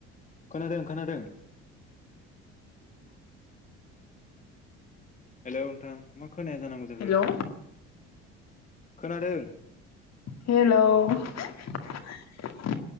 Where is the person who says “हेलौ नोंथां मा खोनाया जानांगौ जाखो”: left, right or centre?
Left